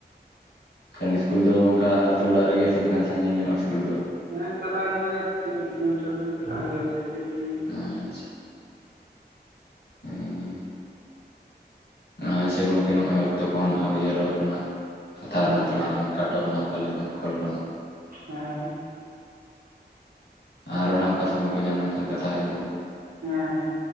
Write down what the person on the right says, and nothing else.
ᱦᱮᱸ ᱪᱟᱞᱟᱜ ᱦᱩᱭᱩᱜᱼᱟ ᱛᱤᱱ ᱠᱤᱞᱳᱢᱤᱴᱟᱨ ᱜᱟᱱ ᱪᱟᱞᱟᱜ ᱦᱩᱭᱩᱜᱼᱟ ᱥᱟᱭᱠᱮᱞ ᱛᱮᱞᱤᱧ ᱪᱟᱞᱟᱜᱼᱟ
ᱦᱮᱸ
ᱦᱩᱭᱩᱜᱼᱟ
ᱦᱮᱸ
ᱦᱮᱸ
ᱦᱮᱸ-ᱦᱮᱸ᱾